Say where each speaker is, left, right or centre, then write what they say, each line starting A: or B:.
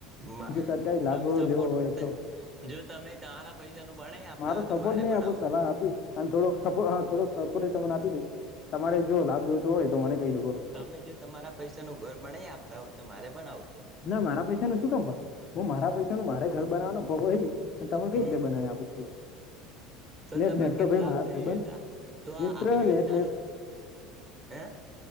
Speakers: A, on the right (about 30°); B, on the left (about 50°).
A: મા
B: જે સરકારી લાભ
A: તમે સપોર્ટ
B: લેવો હોય તો
A: જો તમે તમારા પૈસાનું બનાવી આપતા
B: મારો
A: હોય
B: સપોર્ટ
A: તો મારે
B: નહી
A: બનાવું
B: આપું સલાહ
A: છે.
B: આપીશ અને થોડોક સપ થોડોક સપોર્ટ તમને આપી દઈશ તમારે જો લાભ જોતુ હોય તો મને કહી દો બોલો
A: તમે જો તમારા પૈસાનું ઘર બણાય આપ તા હોય તો મારે બનાવુ
B: ના મારા પૈસાનું શું કામ પણ હું મારા પૈસાનુ મારે ઘર બનાવાનો ભોગોઈ તમે કઈ
A: હમ
B: રીતે બનાવે આપો બોલો નેનેટ
A: તમે કેમ
B: તો ભાઈ
A: લાભ
B: મારા
A: નહીં
B: ભાઈબંધ
A: લેતા તો
B: મિત્ર
A: આ યોજનાનો
B: નેને
A: હે